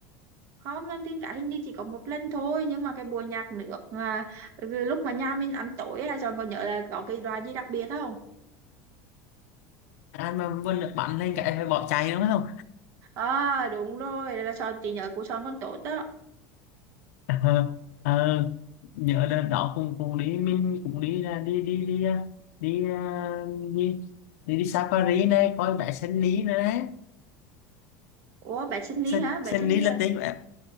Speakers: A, on the right; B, on the left.
A: không lên thiên cả hình như chỉ có một lần thôi nhưng mà cái buổi nhạc nước à, cái lúc mà nhà mình ăn tối là Sean còn nhớ là có cái đoàn gì đặc biệt không
B: anh mà vươn được bắn lên cái phải bỏ chạy đúng không
A: à đúng rồi là Sean chỉ nhớ của Sean con tốt đó
B: <laughs> ờ, ờ, nhớ đợt đó cũng cũng đi mình cũng đi là đi đi đi à, đi à, đi đi, đi safari này coi bé sen lý nữa đấy
A: ủa bé sinh
B: sen,
A: lý hả
B: sen
A: bé sinh
B: lý
A: lý
B: là
A: là
B: tiếng của em